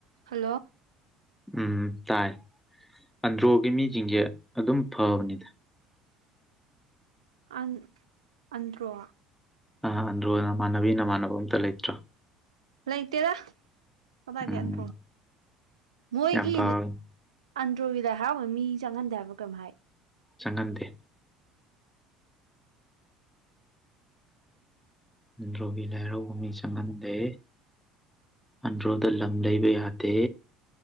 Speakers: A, on the right; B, in the centre.
A: hello
B: ꯎꯝ ꯇꯥꯏ ꯑꯟꯗ꯭ꯔꯣꯒꯤ ꯃꯤꯁꯤꯡꯁꯦ ꯑꯗꯨꯝ ꯐꯕꯅꯤꯗ
A: ꯑꯟ ꯑꯟꯗ꯭ꯔꯣ
B: ꯑꯟꯣ ꯅꯃꯅꯕꯤ ꯅꯃꯥꯟꯅꯅꯕ ꯑꯝꯇ ꯂꯩꯇ꯭ꯔꯣ
A: ꯍꯂ ꯂꯩꯇꯦꯔꯒꯦꯟꯣ
B: ꯎꯝ
A: ꯃꯣꯏꯒꯤ
B: ꯌꯥꯝ ꯐꯕꯅꯤ
A: ꯑꯟꯗ꯭ꯔꯣꯒꯤꯗ ꯍꯔꯥꯎꯕ ꯃꯤ ꯆꯪꯍꯟꯗꯦ ꯍꯥꯏꯕ ꯀꯩꯝ ꯍꯥꯏ
B: ꯆꯪꯍꯟꯗꯦ ꯔꯣꯕꯤ ꯂꯔꯣꯚꯨꯃꯤ ꯆꯃꯗꯦ ꯑꯟ꯭ꯔꯣꯗ ꯂꯝ ꯂꯩꯕ ꯌꯥꯗꯦ